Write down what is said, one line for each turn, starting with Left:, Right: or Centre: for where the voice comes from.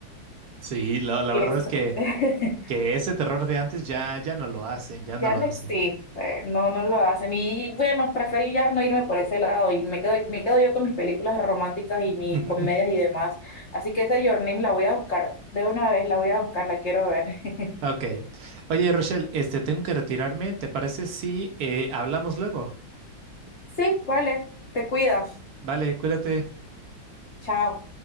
Right: Sí, la, la
Left: El
Right: verdad
Left: Exor-
Right: es que,
Left: <laughs>
Right: que ese terror de antes ya, ya no lo hacen, ya
Left: ya
Right: no lo
Left: no
Right: hacen.
Left: existe, no, no lo hacen. Y bueno, preferí ya no irme por ese lado y me quedo, me quedo yo con mis películas románticas y mis
Right: <laughs>
Left: comedias y demás. Así que esa Your Name la voy a buscar, de una vez la voy a buscar, la quiero ver. <laughs>
Right: Ok. Oye, Rochelle, este, tengo que retirarme. ¿Te parece si eh, hablamos luego?
Left: Sí, vale, te cuidas.
Right: Vale, cuídate.
Left: Chao.